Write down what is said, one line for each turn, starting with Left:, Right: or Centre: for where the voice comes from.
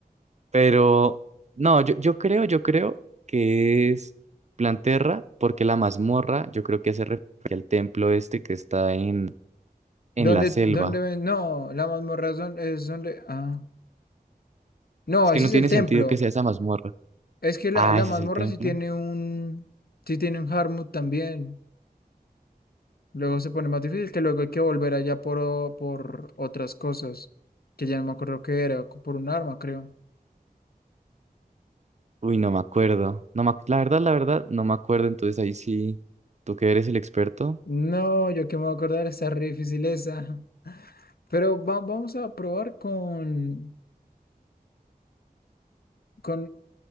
Right: Pero... No, yo, yo creo, yo creo que es Planterra porque la mazmorra, yo creo que hace referencia al templo este que está en,
Left: ¿Dónde,
Right: en la selva.
Left: dónde ven? No, la mazmorra es don- es donde. Ah. No,
Right: Es que
Left: ese
Right: no
Left: es
Right: tiene
Left: el templo.
Right: sentido que sea esa mazmorra.
Left: Es que la,
Right: Ah,
Left: la
Right: ese
Left: mazmorra
Right: es el templo.
Left: sí tiene un. Sí tiene un Harmut también. Luego se pone más difícil que luego hay que volver allá por, o- por otras cosas. Que ya no me acuerdo qué era. Por un arma, creo.
Right: Uy, no me acuerdo. No me ac- la verdad, la verdad, no me acuerdo. Entonces ahí sí, tú que eres el experto
Left: No, yo que me voy a acordar, está re difícil esa. Pero va- vamos a probar con, con,